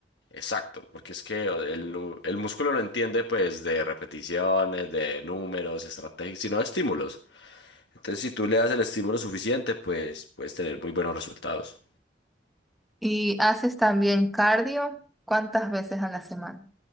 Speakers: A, on the left (about 80°); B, in the centre.
A: Exacto, porque es que el, nu- el músculo no entiende pues de repeticiones, de números, estrategias, sino de estímulos. Entonces si tú le das el estímulo suficiente, pues puedes tener muy buenos resultados.
B: ¿Y haces también cardio? ¿Cuántas veces a la semana?